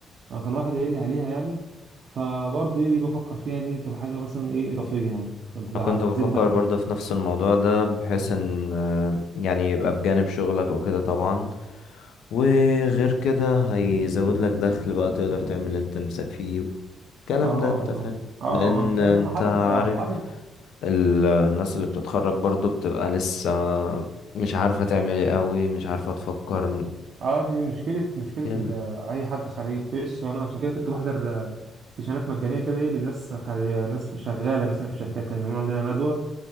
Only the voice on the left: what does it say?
أنا كنت
بفكر
برضه
في نفس الموضوع ده بحيث ان آه، يعني يبقى بجانب شغلك وكده طبعا وغير كده هيزود لك دخل بقى تقدر تعمل اللي انت نفسك فيه الكلام
ده انت
فاهم
لان
انت
عارف
ال- الناس اللي بتتخرج برضه بتبقى لسه مش عارفة تعمل ايه قوي مش عارفة تفكر
كده